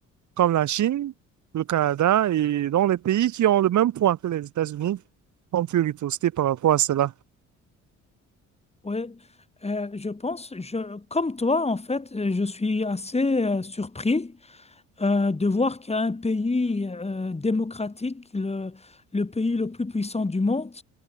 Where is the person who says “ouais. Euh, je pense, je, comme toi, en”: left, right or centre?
Left